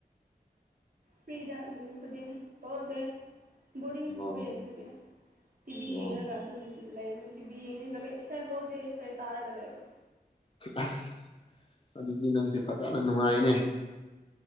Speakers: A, on the right; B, on the left.
A: ꯐ꯭ꯔꯤꯗ ꯅꯨꯃꯤꯠ ꯈꯨꯗꯤꯡ ꯄꯥꯎꯗꯦ ꯕꯣꯔꯗꯤꯡ ꯆꯨꯋꯦ
B: ꯑꯣ
A: ꯑꯗꯨꯒꯤ ꯇꯤꯚꯤ
B: ꯑꯣ
A: ꯌꯦꯡꯔꯒ ꯑꯗꯨꯝ ꯂꯩꯕ ꯇꯤꯕꯤ ꯌꯦꯡꯅꯤꯡꯗ꯭ꯔꯒ ꯏꯁꯩ ꯍꯣꯜꯗꯦꯑ ꯏꯁꯩ ꯇꯥꯔꯒ ꯂꯩꯕ꯫
B: ꯑꯁ ꯑꯗꯨꯗꯤ ꯅꯪꯁꯦ ꯐꯖꯅ ꯅꯨꯡꯉꯥꯏꯅꯦ